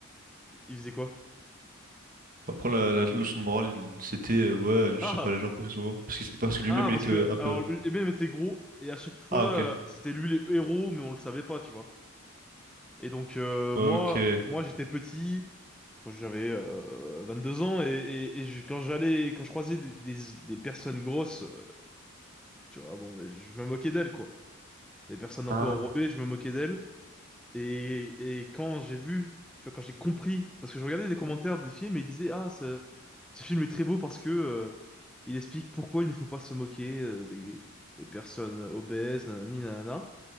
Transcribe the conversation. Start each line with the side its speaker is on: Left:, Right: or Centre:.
Centre: il faisait quoi?
Right: Après, la, la leçon de morale, il- c'était, euh, ouais, je
Centre: Ah!
Right: sais pas, les gens, parce qu'ils sont gros. Parce qu'il- parce que lui-même,
Centre: Ah,
Right: il
Centre: parce
Right: était
Centre: que,
Right: euh, un peu,
Centre: alors, lui- et même était gros, et à chaque fois,
Right: ah, ok.
Centre: euh, c'était lui les héros, mais on le savait pas, tu vois. Et donc, euh,
Right: Ok.
Centre: moi, moi, j'étais petit, moi, j'avais euh, 22 ans, et, et, et je- quand j'allais, quand je croisais des, des, des personnes grosses, euh, tu vois, bon, ben, je me moquais d'elles, quoi. Des personnes un
Right: Ah,
Centre: peu enrobées, je me moquais d'elles. Et, et quand j'ai vu, tu vois, quand j'ai compris, parce que je regardais des commentaires des films et ils disaient, ah, ce, ce film est très beau parce que euh, il explique pourquoi il ne faut pas se moquer euh, des, des personnes obèses, nanani, nanana.